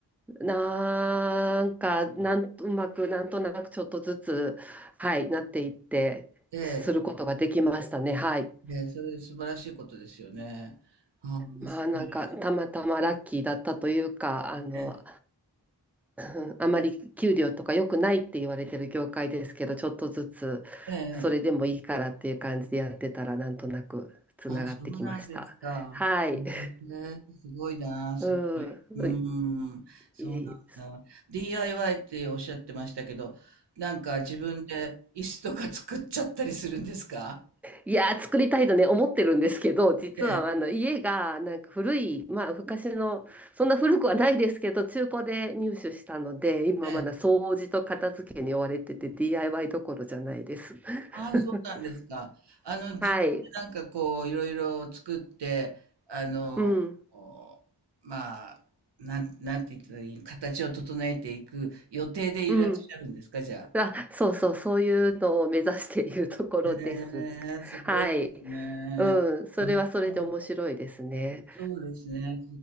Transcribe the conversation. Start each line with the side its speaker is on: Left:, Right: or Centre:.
Centre: なんか、なん、うまく、なんとなくちょっとずつ、はい、なっていって、
Right: ええ。
Centre: することができましたね。はい。
Right: ええ、それ素晴らしいことですよね。ああ、
Centre: まあなんかたまたまラッキーだったというか、
Right: すごいです
Centre: あの、
Right: ね。
Centre: うんあまり給料とか良くないって言われてる業界ですけど、ちょっとずつそれでもいいからっていう感じでやってたらなんとなくつながってきました。
Right: ええ。ええあ、そうなんですか。
Centre: はい。<laughs>
Right: ね、すごいな、すごい。
Centre: うん。
Right: うん、そうなんだ。
Centre: いえいえ
Right: DIY っておっしゃってましたけど、なんか自分で椅子とか作っちゃったりするんですか
Centre: いやー、作りたいとね、思ってるんですけど、実はあの家がなんか古い、
Right: ええ、
Centre: まあ、昔の、そんな古くはないですけど、中古で入手したので、今まだ掃除と片付けに追われてて、
Right: ええ。
Centre: DIY どころじゃないです。<laughs>
Right: ああ、そうなんですか。あの、自分でなんかこう、
Centre: はい。
Right: いろいろ作って、あの、
Centre: うん。
Right: おまあ、なん、なんて言ったらいい、形を整えていく予定でいらっしゃるんですか、
Centre: うん。
Right: じゃあ。
Centre: あ、そうそう、そういうのを目指しているところです。
Right: へえ、すごいですね。
Centre: はい。うん。それはそれで面白いですね。
Right: やっぱそうですね、